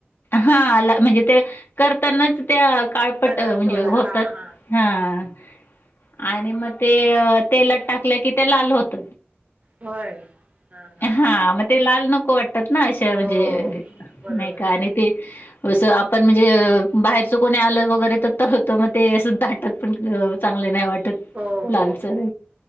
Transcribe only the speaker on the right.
कलर
थोडा
हा हा
होय हां हां
हो बरोबर
आहे
हो
हो